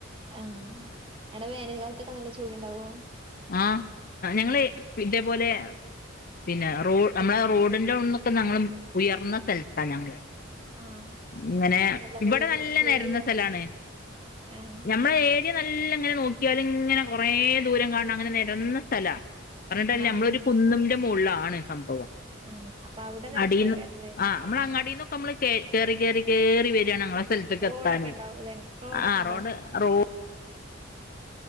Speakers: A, on the right; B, on the left.
A: ആ അടെ വേനൽ കാലത്തൊക്കെ നല്ല ചൂടൊണ്ടാവോ?
B: ആ ഞങ്ങെള് ഇതേപോലെയാ പിന്നെ റോ നമ്മെളെ റോഡിന്റെ വെടെനൊക്കെ ഞങ്ങെള് ഉയർന്ന സ്ഥലത്താ ഞങ്ങെള്.
A: ആഹ്
B: ഇങ്ങനെ
A: അപ്പൊ നല്ല
B: ഇവെടെ
A: വെയില്
B: നല്ല
A: വെയിലില്ലതാ
B: നേരന്ന സ്ഥലാണ്.
A: ആഹ്
B: നമ്മെള് ഏ ഇ നല്ലങ്ങനെ നോക്കിയാലിങ്ങനെ കൊറെ ദൂരം കാൺണ അങ്ങനെ നെരന്ന സ്ഥലാ. പറഞ്ഞിട്ടെന്ന
A: ആഹ്
B: നമ്മളൊരു കുന്നിന്റെ മോളിലാണ്. സംഭവം.
A: ആഹ് അപ്പൊ അവിടെ നെരപ്പേക്കാരല്ലേ
B: അടീന്ന് ആ നമ്മെള് അങ്ങാടിന്നൊക്കെ നമ്മെള് കേറി കേറി കേറി വെരാണ് ഞങ്ങെളെ സ്ഥലത്തേക്കെത്താന്
A: റോഡൊക്കെ ഉണ്ടാവൂല്ലേ റോഡൊക്കെ
B: ആ
A: ഉണ്ടാവും
B: റോഡ് റോ